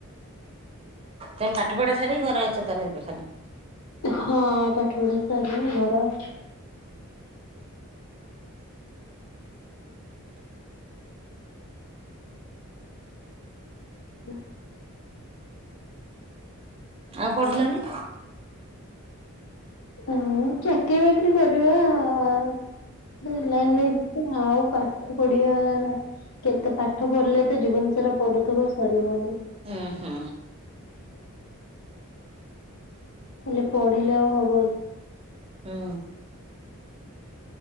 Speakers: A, on the right (about 25°); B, on the left (about 75°).
A: ତମେ ପାଠ ପଢା ସାରିକି ଘରେ ଅଛ ତଳେ ଏବେ ଖାଲି।
B: ହଁ ପାଠପଢା ସରିଲାନି ଘର ଅଛି। <unintelligible>
A: ଆଉ ପଢିଲନି?
B: ଅଁ ଚାକିରି ବାକିରି କରିବା ଆଁ <unintelligible> ଲାଇନରେ <unintelligible> ଆଉ ପାଠ ପଢି <unintelligible> ନା କେତେ ପାଠ ପଢିଲେ ତ ଜୀବନ ସାରା ପଢୁଥିବ ସରିବନି।
A: ଉଁ ହୁଁ।
B: ଖାଲି ପଢିଲେ ଆଉ ହବ କି?
A: ହୁଁ।